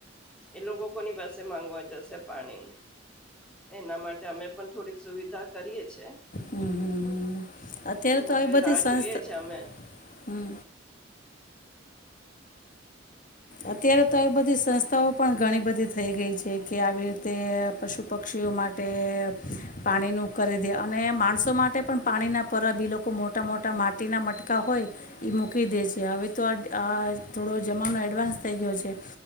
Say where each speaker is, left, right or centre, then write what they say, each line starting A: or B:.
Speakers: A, in the centre; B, on the left (about 45°).
A: એ લોકો કોની પાસે માંગવા જશે પાણી. એના માટે અમે પણ થોડીક સુવિધા કરીએ છે.
B: હમ હમ હમ અત્યારે
A: અને
B: તો
A: હવે
B: આવી બધી
A: રાહ
B: સંસ્થા
A: જોઈએ છે અમે
B: હમ અત્યારે તો આવી બધી સંસ્થાઓ પણ ઘણી બધી થઈ ગઈ છે કે આવી રીતે પશુ પક્ષીઓ માટે પાણીનું કરી દે અને માણસો માટે પણ પાણીના પરાબ એ લોકો મોટા મોટા માટીના મટકા હોય એ મૂકી દે છે, હવે તો અહ થોડો જમાનો એડવાન્સ થઈ ગયો છે,